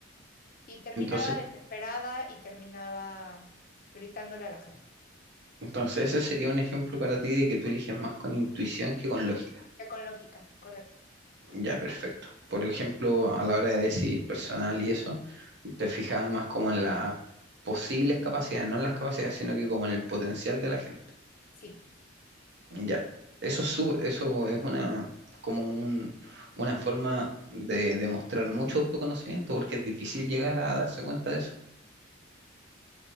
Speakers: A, on the left; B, on the right.
A: Y terminaba
B: Entonces,
A: desesperada y terminaba gritándole a la gente.
B: entonces ese sería un ejemplo para ti de que tú eliges más con intuición que con lógica.
A: Eh, Con lógica, correcto.
B: Ya, perfecto. Por ejemplo, a la hora de decidir personal y eso, te fijabas más como en las posibles capacidades, no en las capacidades, sino que como en el potencial de la gente.
A: Sí.
B: Ya, eso es, su- eso es una, como un- una forma de demostrar mucho autoconocimiento porque es difícil llegar a darse cuenta de eso.